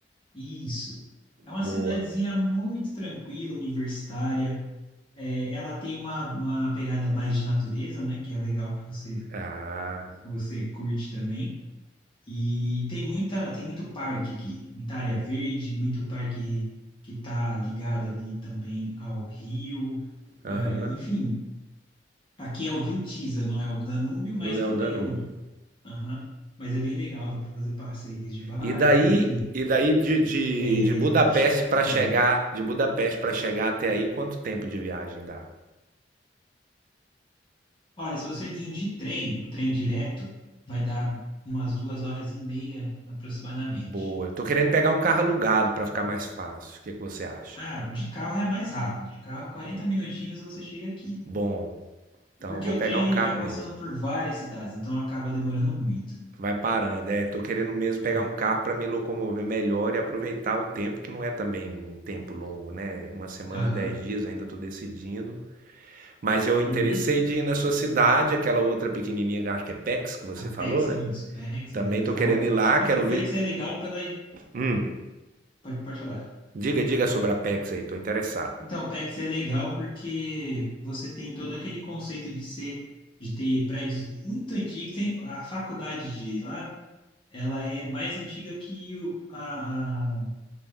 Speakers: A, on the left; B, on the right.
A: Isso. É uma
B: Boa.
A: cidadezinha muito tranquila, universitária. É, ela tem uma, uma pegada mais de natureza, né? Que é legal que você,
B: Ah,
A: você curte também. E tem muita, tem muito parque aqui, muita área verde, muito parque que está ligado ali também ao rio.
B: aham.
A: É, enfim. Aqui é o Rio Tisa, não é o Danúbio, mas
B: No Neo
A: também
B: Danúbio.
A: é um. Aham. Mas é bem legal, dá para fazer passeios de barco,
B: E daí,
A: enfim,
B: e daí de, de,
A: é,
B: de Budapeste
A: curtir a
B: para
A: natureza.
B: chegar, de Budapeste para chegar até aí, quanto tempo de viagem dá?
A: Olha, se você vir de trem, o trem direto, vai dar umas duas horas e meia aproximadamente.
B: Boa. Eu tô querendo pegar um carro alugado para ficar mais fácil. O que que você acha?
A: Ah, de carro é mais rápido, de carro 40 minutinhos você chega aqui.
B: Bom, então
A: Porque
B: eu vou
A: o
B: pegar
A: trem
B: um
A: ele
B: carro
A: vai
B: mesmo.
A: passando por várias cidades, então acaba demorando muito.
B: Vai parando, é. Tô querendo mesmo
A: É.
B: pegar um carro para me locomover melhor e aproveitar o tempo, que não é também um tempo longo, né? Uma semana,
A: Aham.
B: dez dias, ainda tô decidindo. Mas eu interessei
A: Uhum.
B: de ir na sua cidade, aquela outra pequenininha, acho que é PEX que você
A: A PEX,
B: falou, né?
A: isso, PEX
B: Também
A: é legal.
B: tô querendo ir lá,
A: Que,
B: quero
A: ó, PEX
B: ver.
A: é legal pela.
B: Hum,
A: Pode, pode falar.
B: diga, diga sobre a PEX aí, tô interessado.
A: Então, o PEX é legal porque você tem todo aquele conceito de ser, de ter prédios muito antigos. Tem, a faculdade de lá, ela é mais antiga que o, a, a-